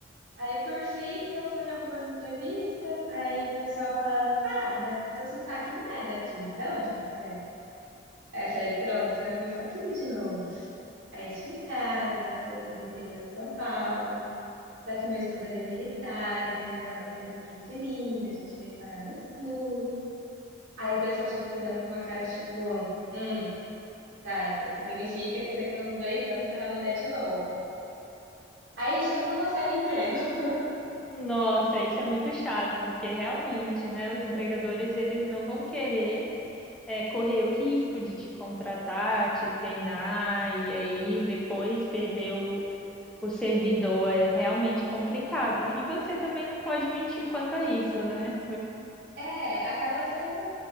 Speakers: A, on the right (about 45°); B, in the centre.
A: Aí, por fim, eu fui em algumas entrevistas, aí o pessoal falava, tá, mas seu sotaque não é daqui, de onde você é? Aí eu falei, pronto, vai começar tudo de novo. Aí eu explicava que eu sou do interior de São Paulo, só que meu esposo ele é militar, então ele acaba sendo transferido, a gente veio parar no sul. Aí o pessoal já fica olhando com uma cara tipo, hum, tá, então significa que daqui uns dois anos você vai mudar de novo. Aí a gente nunca consegue emprego. <laughs>
B: Nossa, isso é muito chato, porque realmente, né, os empregadores eles não vão querer é, correr o risco de te contratar, te treinar e aí depois perder o, o servidor é realmente complicado. E você também não pode mentir quanto a isso, né?
A: É, acaba sendo